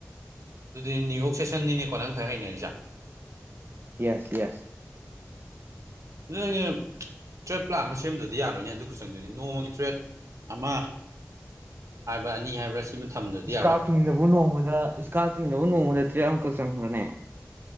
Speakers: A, on the right; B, on the right.
A: ꯑꯗꯨꯗꯤ ꯅ꯭ꯌꯨ ꯌꯣꯛ ꯁꯦꯁꯟꯅꯤꯅꯦꯀꯣ ꯅꯪ ꯈꯔ ꯍꯩꯅꯔꯤꯖꯦ
B: ꯌꯦꯁ ꯌꯦꯁ
A: ꯑꯗꯨ ꯅꯪꯒꯝ ꯇ꯭ꯔꯦꯠ ꯄ꯭ꯂꯥꯟ ꯑꯃ ꯁꯦꯝꯗ꯭ꯕꯗꯤ ꯌꯥꯔꯣꯏꯅꯦ ꯑꯗꯨ ꯈꯨꯆꯪꯗꯨꯗꯤ ꯅꯣ ꯇ꯭ꯔꯦꯠ ꯑꯃ ꯍꯥꯏꯕ꯭ꯔ ꯑꯅꯤ ꯍꯥꯏꯕ꯭ꯔꯥ ꯁꯤꯃ ꯊꯝꯗ꯭ꯔꯗꯤ
B: ꯏꯁꯀꯥꯔꯄꯤꯡꯗꯕꯨ
A: ꯌꯥꯔꯣꯏ
B: ꯅꯣꯡꯃꯗ ꯏꯁꯀꯥꯔꯄꯤꯡꯗꯕꯨ ꯅꯣꯡꯃꯗ ꯇ꯭ꯔꯦꯠ ꯑꯃꯈꯛ ꯆꯪꯕ꯭ꯔꯅꯦ